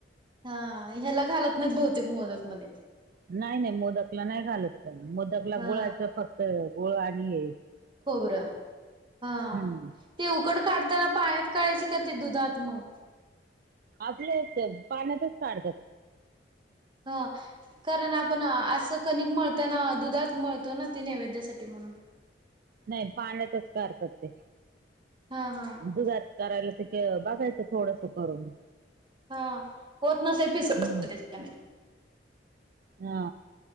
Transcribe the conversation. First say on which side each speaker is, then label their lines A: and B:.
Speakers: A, on the right (about 25°); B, on the right (about 55°).
A: हा, ह्याला घालत नाही बहुतेक मोदक मध्ये.
B: नाही -नाही मोदकला नाही घालत, कोण मोदकला
A: हा
B: गुळाचं फक्त गुळ आणि हे
A: खोबरं, हा,
B: हम्म
A: ते उकड काढताना पाण्यात काढायचं का ते दुधात म?
B: आपले इथे पाण्यातच काढतात.
A: हा कारण आपण असं कणिक मळताना दुधात मळतो ना ते नैवेद्यासाठी म्हणून.
B: नाही पाण्यातच करतात ते,
A: हा हा
B: दुधात करायला ते ते बघायच थोडस करून.
A: हा, होत नसे पीस
B: हम्म
A: <unintelligible> करायची कणिक.
B: हा.